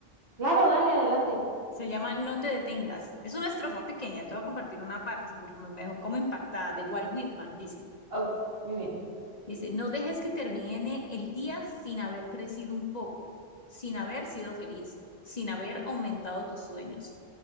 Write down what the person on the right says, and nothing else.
Claro, dale, adelante.
Ok, muy bien.